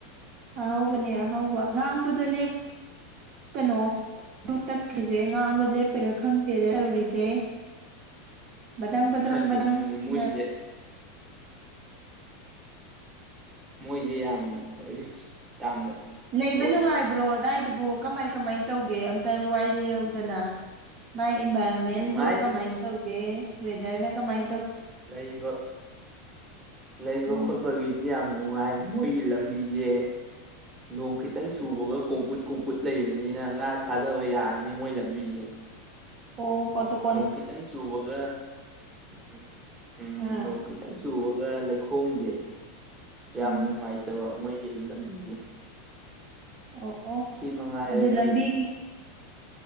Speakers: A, on the right (about 50°); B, on the right (about 25°).
A: ꯑꯍꯧꯕꯅꯦ ꯑꯍꯧꯕ ꯉꯥꯡꯕꯗꫭ ꯂꯦꯞꯀꯅꫭ ꯑꯗꯨ ꯇꯠꯈ꯭ꯔꯤꯁꯦ ꯉꯥꯡꯕ ꯂꯦꯞꯄꯔꯥ ꯈꯪꯗꯦꯗ ꯇꯧꯔꯤꯁꯦ ꯕꯗꯪ ꯕꯗ꯭ꯔꯪ
B: ꯈꯪꯗꯦ
A: ꯕꯗꯪ
B: ꯈꯪꯗꯦ ꯃꯣꯏꯁꯦ
A: ꯅ
B: ꯃꯣꯏꯁꯦ ꯌꯥꯝꯅ ꯔꯤꯛꯁ ꯌꯥꯝꯅ
A: ꯂꯩꯕ
B: ꯑꯣꯏ
A: ꯅꯨꯡꯉꯥꯏꯕ꯭ꯔꯣ ꯑꯗꯥꯏꯗꯨꯕꯨ ꯀꯃꯥꯏ ꯀꯃꯥꯏꯅ ꯇꯧꯒꯦ ꯑꯝꯇ ꯋꯥꯔꯤ ꯂꯤꯔꯛꯎꯗꯅ ꯃꯥꯥꯏ ꯏꯟꯚꯥꯏꯔꯣꯟꯃꯦꯟꯗꯣ
B: ꯅꯨꯡꯉꯥꯏ
A: ꯀꯃꯥꯏꯅ ꯇꯧꯒꯦ ꯋꯦꯗ꯭ꯔꯅ ꯀꯃꯥꯏ
B: ꯂꯩꯕ ꯂꯩꯕ
A: ꯎꯝ
B: ꯈꯣꯠꯄꯒꯤ ꯌꯥꯝ ꯅꯨꯡꯉꯥꯏ ꯃꯣꯏꯒꯤ ꯂꯝꯕꯤꯁꯦ ꯅ‌ꯣꯡ ꯈꯤ ꯇꯪ ꯆꯨꯕꯒ ꯀꯣꯡꯀꯨꯠ ꯀꯣꯡꯀꯨꯠ ꯂꯩꯕꯅꯤꯅ ꯉꯥ ꯊꯥꯗꯕ ꯌꯥꯔꯅꯤ ꯃꯣꯏ ꯂꯝꯕꯤꯁꯦ
A: ꯑꯣ ꯄꯠꯇ‌ꯣꯛ
B: ꯅꯣꯡ ꯈꯤꯇꯪ ꯆꯨꯕꯒ ꯎꯝ ꯎꯝ
A: ꯑꯥ
B: ꯅ‌ꯣꯡ ꯈꯤꯇꯪ ꯆꯨꯕꯒ ꯂꯩꯈꯣꯝꯁꯦ ꯌꯥꯝ
A: ꯎꯝ
B: ꯅꯨꯡꯉꯥꯏꯇꯕ ꯃꯣꯏꯒꯤ ꯂꯝꯕꯤꯖ‌ꯦ
A: ꯑꯣ ꯑꯣ
B: ꯃꯉꯥꯏꯔꯦ
A: ꯑꯗꯨ
B: ꯃꯣꯏ
A: ꯂꯝꯕꯤꯒꯤ